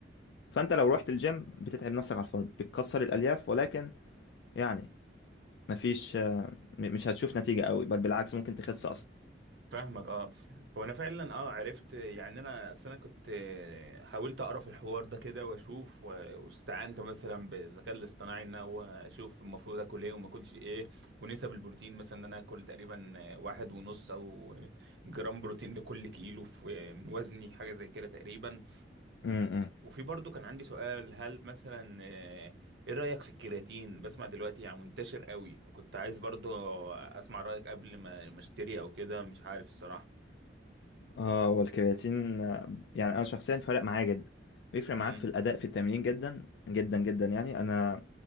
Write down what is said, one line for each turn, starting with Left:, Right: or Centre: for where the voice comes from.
Left: فانت لو رحت الجيم بتتعب نفسك على الفاضي بتكسر الالياف ولكن يعني مفيش آه، م- مش هتشوف نتيجة قوي بل بالعكس ممكن تخس اصلا
Right: فاهمك اه هو انا فعلا اه عرفت يعني انا اصل انا كنت آه، حاولت اقرا في الحوار ده كده واشوف و- واستعنت مثلا بالذكاء الاصطناعي ان هو اشوف المفروض اكل ايه وما اكلش ايه ونسب البروتين مثلا ان انا اكل تقريبا آه، واحد ونص او جرام بروتين لكل كيلو في من وزني حاجه زي كده تقريبا
Left: امم
Right: وفي برضو كان عندي سؤال هل مثلا آه، ايه رايك في الكرياتين بسمع دلوقتي يعني منتشر قوي كنت عايز برضو اسمع رايك قبل ما ما اشتري او كده مش عارف الصراحه
Left: اه والكرياتين آه، يعني انا شخصيا فرق معايا جدا بيفرق
Right: مهم.
Left: معاك في الاداء في التمرين جدا جدا جدا يعني انا